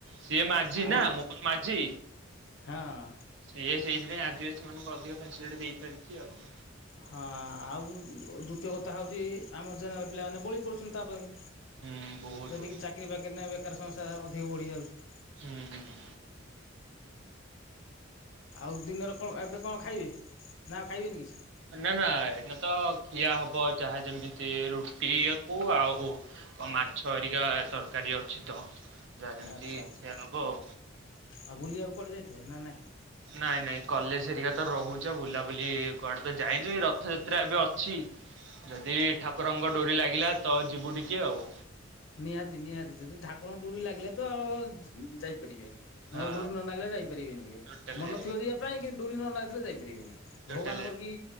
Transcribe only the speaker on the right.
ସିଏ ମାଜି
ନା
ମୋହନ ମାଜି।
ସିଏ ସେଇଥିପାଇଁ ଆଦିବାସୀ ମାନଙ୍କୁ ଅଧିକ ଫାସିଲଟି ଦେଇଚାଲିଚି ଆଉ।
ହୁଁ ବହୁତ
ବଢିଆ
ହୁଁ ହୁଁ।
ନା ନା ଏଇଟାତ ଖିଆ ହବ ଯାହା ଯେମିତି ରୁଟିଆ କୁ ଆଉ କଂ ମାଛ ଏରିକା ତରକାରୀ ଅଛି ତ। ଯାହା ଯେମିତି
ଖିଆ ହବ ଆଉ।
ନାଇଁ ନାଇଁ କଲେଜ ହେରିକା ତ ରହୁଚି ବୁଲାବୁଲି କୁଆଡେ ତ ଯାଇନି ରଥଯାତ୍ରା ଏବେ ଅଛି। ଯଦି
ଠାକୁରଙ୍କ ଡୋରି ଲାଗିଲା ତ ଯିବୁ ଟିକେ ଆଉ।
ହଁ
ଟୋଟାଲି
ଯାଇ
ଟୋଟାଲି